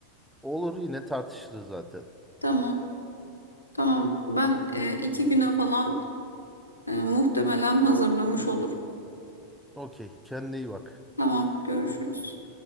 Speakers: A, in the centre; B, on the left (about 85°).
A: Olur yine tartışırız zaten.
B: Tamam. Tamam. Ben e, iki güne falan e, muhtemelen hazırlamış olurum.
A: Okey kendine iyi bak.
B: Tamam. Görüşürüz.